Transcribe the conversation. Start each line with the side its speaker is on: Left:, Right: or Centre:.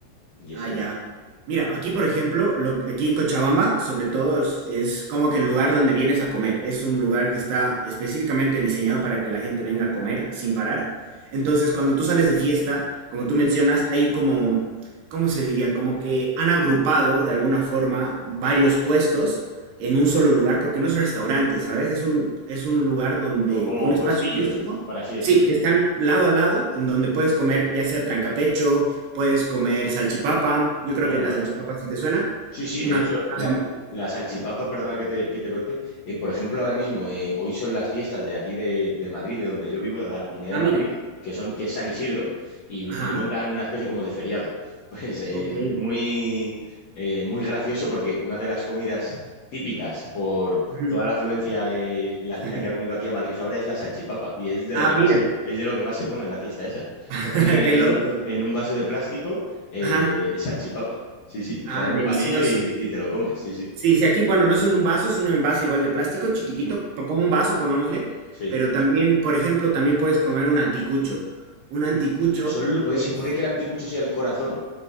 Left: Y ese,
Right: Ah, ya. Mira, aquí por ejemplo, lo, que- aquí en Cochabamba, sobre todo, es, es como que el lugar donde vienes a comer. Es un lugar que está específicamente diseñado para que la gente venga a comer sin parar. Entonces, cuando tú sales de fiesta, como tú
Left: ¿Mm?
Right: mencionas, hay como, ¿cómo se diría? Como que han agrupado de alguna forma varios puestos en un
Left: Ah,
Right: solo lugar, porque no es restaurante, ¿sabes? Es un, es un lugar donde,
Left: Son como
Right: un espacio
Left: puestillos,
Right: físico,
Left: por así decirlo.
Right: sí, que están lado a lado, en donde puedes
Left: ¿Mm?
Right: comer ya sea trancapecho, Puedes comer salchipapa. Yo creo
Left: Anda.
Right: que la salchipapa sí te suena.
Left: Sí, sí,
Right: Una,
Left: de hecho,
Right: unas
Left: la,
Right: ham-
Left: la salchipapa, perdona que te, que te corte, eh, por ejemplo, ahora mismo, eh, hoy son las fiestas de aquí de, de Madrid, de donde yo vivo, de la Comunidad
Right: ah,
Left: de Madrid,
Right: mira.
Left: que son, que es San Isidro, y,
Right: Ajá.
Left: y montan una especie como de feriado. <laughs> Pues eh,
Right: Ok.
Left: es muy, eh, muy gracioso porque una de las comidas típicas por
Right: Ujú.
Left: toda la afluencia eh, latina
Right: <laughs>
Left: que ha venido aquí a Madrid ahora es la salchipapa, y es de
Right: Ah,
Left: lo que
Right: mira.
Left: más se, es de lo que más se come en la fiesta esa.
Right: <laughs>
Left: Te ponen en
Right: Qué loco.
Left: un, en un vaso de plástico eh,
Right: Ajá.
Left: salchipapa. Sí, sí, y
Right: Ah,
Left: te dan un
Right: delicioso.
Left: palillo y, y te lo comes, sí, sí.
Right: Sí, sí, aquí, bueno, no es un, un vaso, es un envase igual de plástico, chiquitito,
Left: Mm,
Right: po- como un vaso, pongámosle,
Left: sí.
Right: pero también, por ejemplo, también puedes comer un anticucho. Un anticucho
Left: Y Solo lo puedes,
Right: es
Left: puede que el anticucho sea el corazón.